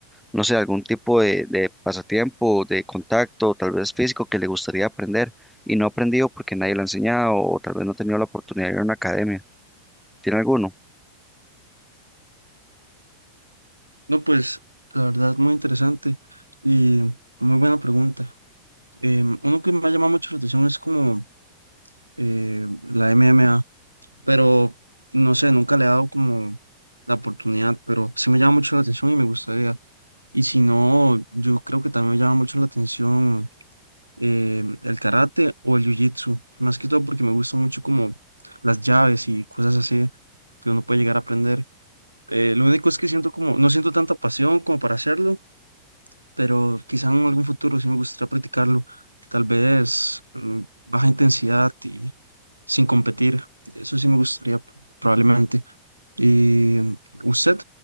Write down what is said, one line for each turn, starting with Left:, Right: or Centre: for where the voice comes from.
Centre: no sé, algún tipo de, de pasatiempo, de contacto, tal vez físico, que le gustaría aprender y no ha aprendido porque nadie lo ha enseñado o tal vez no ha tenido la oportunidad de ir a una academia. ¿Tiene alguno?
Right: No, pues la verdad, muy interesante y muy buena pregunta. Em, uno que me ha llamado mucho la atención es como eh, la MMA, pero no sé, nunca le he dado como la oportunidad, pero sí me llama mucho la atención y me gustaría. Y si no, yo creo que también me llama mucho la atención eh, el karate o el jiu-jitsu, más que todo porque me gusta mucho como las llaves y cosas así que uno puede llegar a aprender. Eh, lo único es que siento como, no siento tanta pasión como para hacerlo, pero quizá en algún futuro sí me gustaría practicarlo, tal vez mm, baja intensidad y sin competir, eso sí me gustaría p- probablemente. ¿Y mm, usted